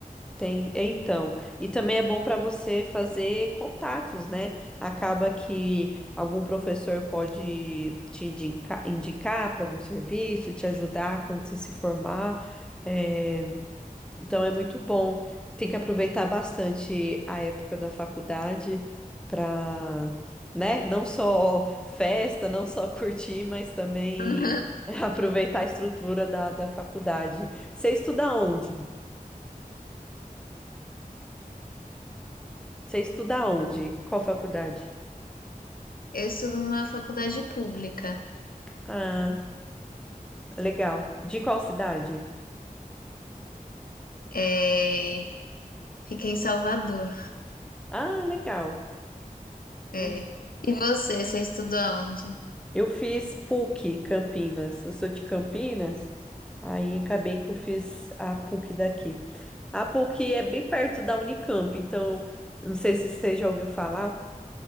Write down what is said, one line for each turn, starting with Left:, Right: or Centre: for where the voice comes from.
Centre: tem. é, Então, e também é bom para você fazer contatos, né? Acaba que algum professor pode te indica- indicar para algum serviço, te ajudar quando você se formar. É, Então é muito bom. Tem que aproveitar bastante a época da faculdade para, né, não só festa, não só curtir, mas também
Left: Aham. <laughs>
Centre: <laughs> aproveitar a estrutura da, da faculdade. Você estuda onde? Você estuda onde? Qual faculdade?
Left: Eu estudo numa faculdade pública,
Centre: Ah, legal. De qual cidade?
Left: é, fica em Salvador.
Centre: Ah, legal. Le-
Left: É. E você, você estudou onde?
Centre: Eu fiz PUC Campinas. Eu sou de Campinas, aí acabei que eu fiz a PUC daqui. A PUC é bem perto da Unicamp, então não sei se você já ouviu falar.